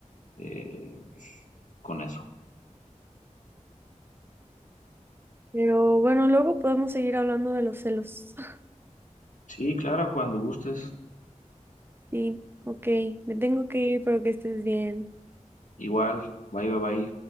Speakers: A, on the left; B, on the right.
A: eh, pues con eso.
B: Pero bueno, luego podemos seguir hablando de los celos. <laughs>
A: Sí, claro, cuando gustes.
B: Sí, ok, me tengo que ir, pero que estés bien.
A: Igual, bye, bye, bye.